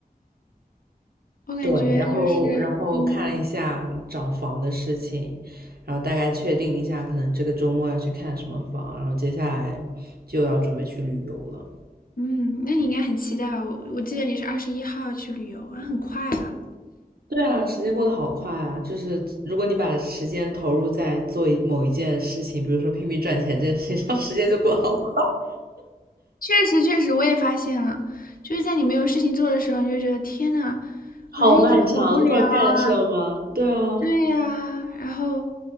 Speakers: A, on the left; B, on the right.
A: 我感觉就是，
B: 对，然后然后看了一下找房的事情，
A: 嗯
B: 然后大概确定一下，可能这个周末要去看什么房，然后接下来就要准备去旅游了。
A: 嗯，那你应该很期待吧？我我记得你是二十一号去旅游啊，很快了。
B: 对啊，时间过得好快啊！就是如果你把时间投入在做一某一件事情，比如说拼命赚钱这件事情上，<laughs> 时间就过得好快，
A: 确实确实，我也发现了，就是在你没有事情做的时候，你就觉得天呐，
B: <laughs> 好漫长，
A: 我这一天好无聊啊。
B: 都不知道干什么。对啊，
A: 对呀，然后